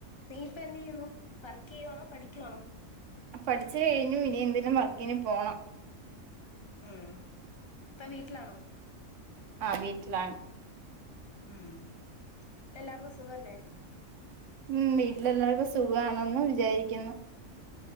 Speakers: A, on the left (about 30°); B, on the right (about 65°).
A: നീയിപ്പ എന്ത് ചെയ്യുന്നു വർക്ക് ചെയ്യുവാണോ പഠിക്കുവാണോ
B: പഠിച്ചു കഴിഞ്ഞു ഇനി എനതെലും ലും വർക്കിന് പോണം
A: ഉം ഇപ്പൊ വീട്ടിലാണോ
B: ആ വീട്ടിലാണ്
A: ഉം വീട്ടിലെല്ലാർക്കും സുഖല്ലേ
B: ഉം വീട്ടിലെല്ലാർക്കും സുഖാണന്ന് വിചാരിക്കുന്നു